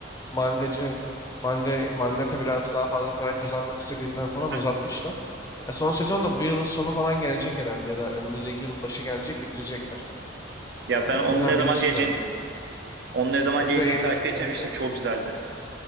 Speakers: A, on the left; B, on the right.
A: mangacı manga mangaka biraz daha fazla para kazanmak istediğinden falan
B: Hı
A: uzatmışlar.
B: hı.
A: Ya son sezon da bu yılın sonu falan gelecek herhalde ya da önümüzdeki yılın başı gelecek bitirecekler.
B: Ya
A: Ee,
B: ben
A: mesela
B: onun ne zaman
A: Bleach'in
B: geleceğini
A: de öyle.
B: onun ne zaman
A: Ha,
B: geleceğini
A: bir de yeni
B: takip etmemiştim
A: evet evet.
B: çok güzeldi.